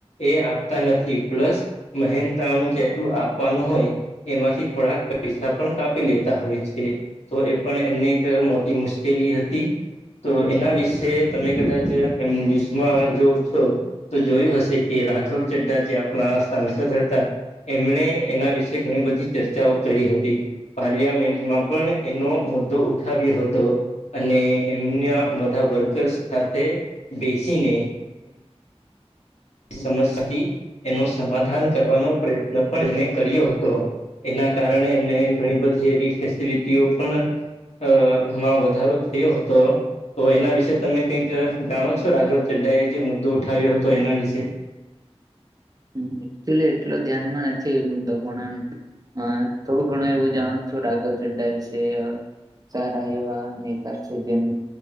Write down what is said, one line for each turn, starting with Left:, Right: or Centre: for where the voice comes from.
Left: એ આપતા નથી પ્લસ મહેન તાણું જેટલું આપવાનું હોય. એમાંથી થોડાક પૈસા પણ કાપી લેતા હોય છે. તો એ પણ એમને એક મોટી મુશ્કેલી હતી. તો એના વિશે તમે કદાચ એમ ન્યૂઝમાં જોવ છો. તો જોયું હશે કે રાઘવ ચડા જે આપણા સાંસદ હતા. એમણે એના વિશે ઘણી બધી ચર્ચાઓ કરી હતી. પાર્લિયામેન્ટમાં પણ એનો મુદ્દો ઉઠાવ્યો હતો. અને એમના બધા વર્કર્સ સાથે બેસીને સમસ્યા હતી એનો સમાધાન કરવાનો પ્રયત્ન પણ એમને કર્યો હતો એના કારણે એમને ઘણી બધી એવી ફેસિલિટીઓ પણ અ માં વધારો થયો હતો તો એના વિશે તમે કંઈક જાણો છો રાઘવ ચડ્ડા એ જે મુદ્દો ઉઠાવ્યો હતો એના વિશે?
Right: હ એકચુલી એટલો ધ્યાનમાં નથી એ મુદ્દો પણ આમ હા થોડું ઘણું એવું જાણું છું રાઘવ ચડ્ડા‌ વિશે. સારા એવા નેતા છે જેમ